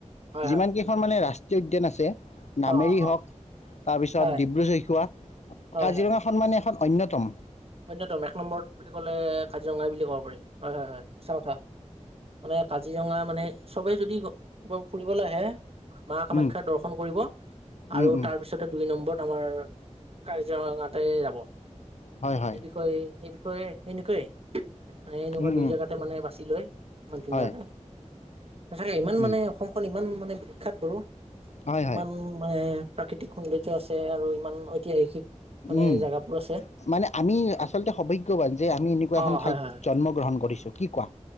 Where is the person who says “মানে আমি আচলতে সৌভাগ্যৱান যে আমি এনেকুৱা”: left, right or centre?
Left